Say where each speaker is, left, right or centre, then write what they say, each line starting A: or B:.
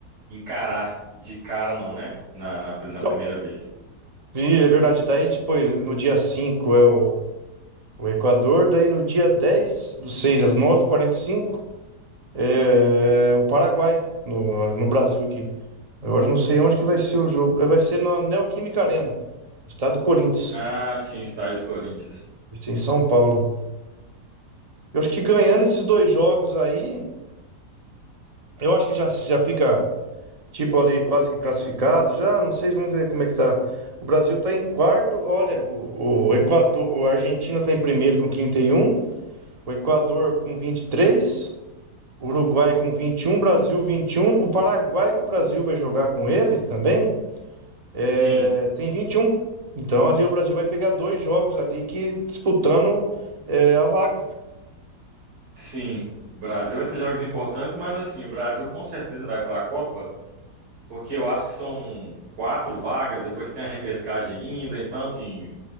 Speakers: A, on the right (about 90°); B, on the right (about 25°).
A: encarar de cara, não, né? Na, na, na
B: Então,
A: primeira vez.
B: e é verdade. Daí depois, no dia 5 é o, o Equador, daí no dia 10 do seis às nove e quarenta e cinco é é o Paraguai, no, no Brasil aqui. Agora eu não sei onde que vai ser o jogo. É, Vai ser na Neoquímica Arena, estado do Corinthians,
A: Ah, sim, estágio do Corinthians.
B: vai ser em São Paulo. Eu acho que ganhando esses dois jogos aí. Eu acho que já, já fica, tipo, ali quase que classificado. Já, não sei, vamos ver como é que tá. O Brasil tá em quarto. Olha, o, o Equador, o Argentina tá em primeiro com trinta e um o Equador com vinte e três o Uruguai com vinte e um Brasil vinte e um o Paraguai que o Brasil vai jogar com ele também, é,
A: Sim,
B: tem vinte e um Então ali o Brasil vai pegar dois jogos ali que disputando é, a vaga.
A: sim. O Brasil vai ter jogos importantes, mas assim, o Brasil com certeza vai para a Copa, porque eu acho que são quatro vagas, depois tem a repescagem ainda, então assim,